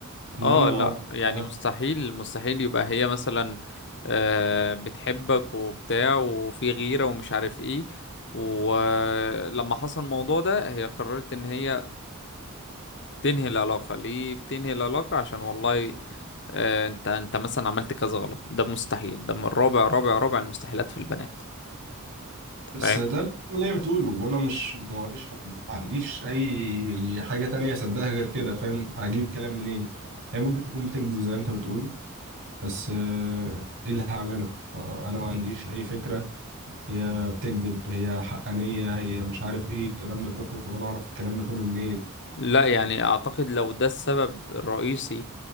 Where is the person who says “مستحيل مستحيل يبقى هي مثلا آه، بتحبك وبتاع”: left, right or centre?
Left